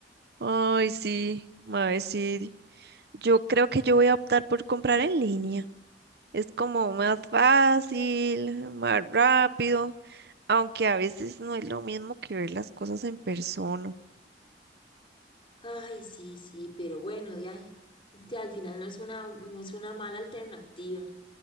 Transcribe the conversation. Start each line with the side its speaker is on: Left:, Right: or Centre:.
Right: Ay, sí, ay, sí. Yo creo que yo voy a optar por comprar en línea. Es como más fácil, más rápido, aunque a veces no es lo mismo que ver las cosas en persona.
Left: Ay, sí, sí, pero bueno, de ahí, ya al final no es una, no es una mala alternativa.